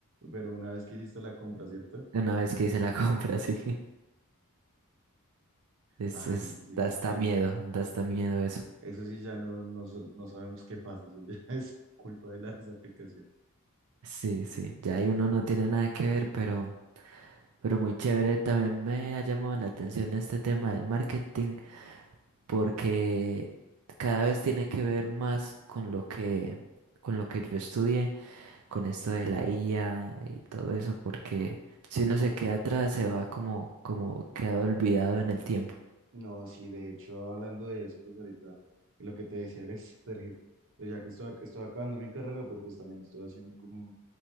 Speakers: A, on the right (about 60°); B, on the right (about 80°).
A: Pero una vez que hiciste la compra, ¿cierto?
B: Una vez que hice la <laughs> compra, sí, es,
A: Ah,
B: es,
A: no, sí,
B: da
A: es
B: hasta
A: que
B: miedo, da hasta miedo eso.
A: eso sí ya no, no, so- no sabemos qué pasa, eso ya <laughs> es culpa de las aplicaciones.
B: Sí, sí, ya ahí uno no tiene nada que ver, pero... Pero muy chévere, también me ha llamado la atención este tema del marketing porque cada vez tiene que ver más con lo que con lo que yo estudié, con esto de la IA y todo eso, porque si uno se queda atrás se va como como quedado olvidado en el tiempo.
A: No, sí, de hecho, hablando de eso, pues ahorita, de lo que te decía el estrés, pues ya que estoy, ac- estoy acabando mi carrera, pero pues también estoy haciendo como